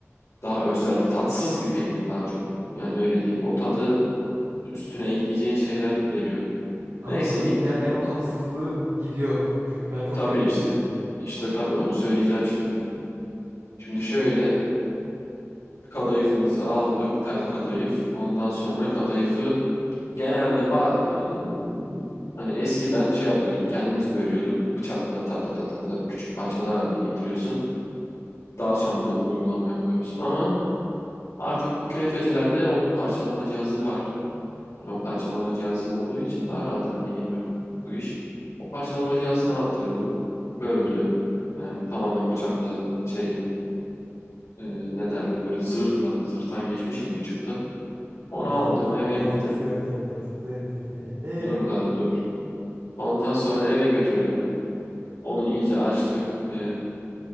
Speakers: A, on the left; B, on the right.
A: daha özel, tatsız bir peynir daha çok. Yani öyle diyeyim. O tadı üstüne ekleyeceğin şeyler veriyor.
B: Ama
A: Neyse
B: sanırım
A: gittim.
B: yerken o tatsızlığı gidiyor. Çünkü ben çok
A: Tabii
B: severim
A: işte.
B: künefeyi.
A: İşte tabii onu söyleyeceğim şimdi. Şimdi şöyle kadayıfımızı aldık, tel kadayıf. Ondan sonra kadayıfı genelde ba- yani hmm, hani eskiden şey yapıyorduk, kendimiz bölüyorduk. Bıçakla ta ta ta ta ta küçük parçalar haline getiriyorsun. Daha sonra uygulamaya koyuyorsun ama Artık künefecilerde onun parçalama cihazı var. Hani o parçalama cihazı olduğu için daha rahat hale geliyor bu iş. O parçalama cihazını attırdım. Böldü. Yani tamamen bıçakla şeyle e, ne derler böyle zırhla zırhtan geçmiş gibi çıktı. Onu
B: Şu Ağzımın,
A: aldım
B: su-
A: eve
B: ağzımın
A: gittim.
B: suyu akacak ya. Çok severim künefeyi. E
A: Dur da dur. Ondan sonra eve götürdüm. Onu iyice açtık. E,